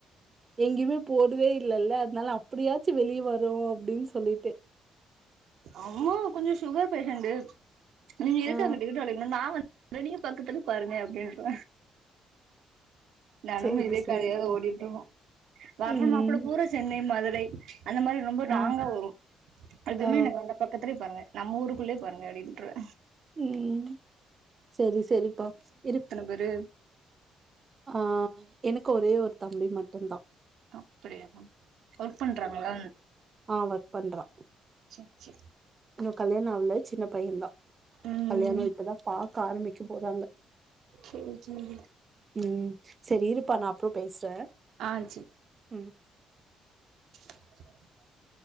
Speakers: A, on the right (about 35°); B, on the right (about 80°).
A: எங்கயுமே போறதே இல்லல்ல அதனால அப்டியாச்சு வெளிய வரு அப்டின்னு சொல்லிட்டு
B: அம்மா கொஞ்சோ சுகர் பேஷண்ட் நீ எதுக்கு
A: ஆ
B: அங்கிட்டு இங்கிட்டு அலைற நா வந்து வெனியு பக்கத்துல பாருங்க அப்டின்னுடோ தெனமு
A: சேரி
B: இதே
A: சேரிப்பா
B: கதயாதா ஓடிட்டுருக்கு வர்ற
A: ம்
B: மாப்பிள பூரா சென்னை மதுரை அந்த மாரி ரொம்ப
A: ஆ
B: லாங்கா வரு அதுவுமே
A: ஆ
B: எனக்கு வேண்டா பக்கத்துலேயே பாருங்க நம்ம ஊருக்குள்ளயே பாருங்க அப்டின்றுவே
A: ம் செரி செரிப்பா இரு
B: வெரு
A: ஆ எனக்கு ஒரே ஒரு தம்பி மட்டு தா
B: அப்டியா பா ஒர்க் பண்றாங்களா
A: ஆ ஒர்க் பண்றா
B: சே சே
A: இன்னு கல்யாண ஆவல சின்ன பையே தா
B: ம்
A: கல்யாணோ இப்பதா பார்க்க ஆரம்பிக்க போறாங்க
B: சேரி சேரி
A: ம் சரி இருப்பா நா அப்பறோ பேசுறே
B: ஆ சேரி
A: ம்
B: <inaudible>